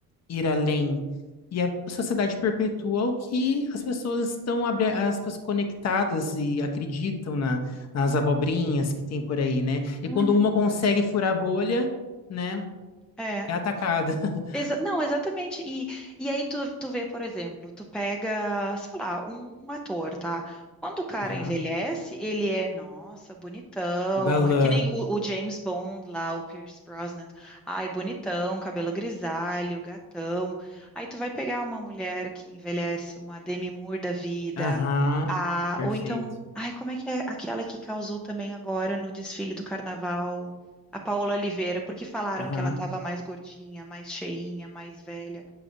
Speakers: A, on the left (about 45°); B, in the centre.
A: ir além. E a sociedade perpetua o que as pessoas estão, abre aspas, conectadas e acreditam na- nas abobrinhas que tem por aí, né? E
B: Uhum.
A: quando uma consegue furar a bolha, né,
B: É.
A: é atacada. <laughs>
B: Exa- não, exatamente. E, e aí tu, tu vê, por exemplo, tu pega, sei lá, um, um ator, tá? Quando o cara
A: Aham.
B: envelhece, ele é, nossa, bonitão.
A: O galã.
B: É que nem o, o James Bond lá, o Pierce Brosnan. Ai, bonitão, cabelo grisalho, gatão. Aí tu vai pegar uma mulher que envelhece, uma Demi Moore da vida,
A: Aham.
B: a,
A: Perfeito.
B: ou então, ai, como é que é aquela que causou também agora no desfile do carnaval? a Paola Oliveira, porque falaram
A: Aham.
B: que ela estava mais gordinha, mais cheinha, mais velha.